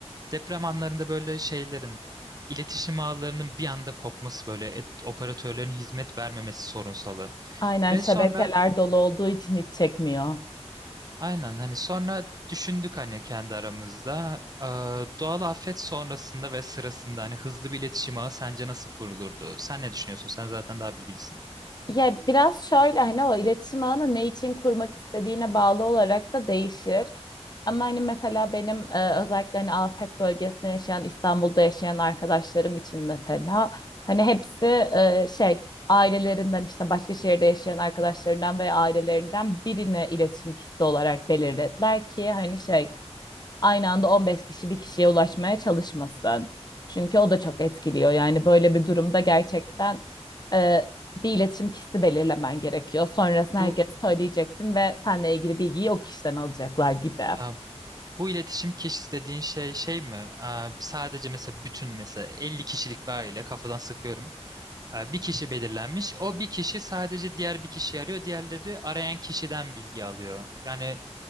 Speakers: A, on the right (about 35°); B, on the left (about 35°).
A: deprem anlarında böyle şeylerin iletişim ağlarının bir anda kopması böyle et- operatörlerin hizmet vermemesi sorunsalı.
B: Aynen
A: Ve
B: şebekeler
A: sonra
B: dolu olduğu için hiç çekmiyor.
A: aynen hani sonra düşündük hani kendi aramızda Aa, doğal afet sonrasında ve sırasında hani hızlı bir iletişim ağı sence nasıl kurulurdu? Sen ne düşünüyorsun? Sen zaten daha bilgilisin.
B: Ya biraz şöyle hani o iletişim ağını ne için kurmak istediğine bağlı olarak da değişir. Ama hani mesela benim e, özellikle hani afet bölgesinde yaşayan, İstanbul'da yaşayan arkadaşlarım için mesela hani hepsi e, şey ailelerinden işte başka şehirde yaşayan arkadaşlarından veya ailelerinden birine iletişim kişisi olarak belirlediler ki hani şey aynı anda 15 kişi bir kişiye ulaşmaya çalışmasın. Çünkü o da çok etkiliyor. Yani böyle bir durumda gerçekten e, bir iletişim kişisi belirlemen gerekiyor. Sonrasında
A: Bu
B: herkes söyleyeceksin ve seninle ilgili bilgiyi o kişiden alacaklar gibi.
A: aa, bu iletişim kişisi dediğin şey şey mi? Aa, sadece mesela bütün mesela 50 kişilik bir aile kafadan sıkıyorum. E, Bir kişi belirlenmiş. O bir kişi sadece diğer bir kişiyi arıyor. Diğerleri arayan kişiden bilgi alıyor. Yani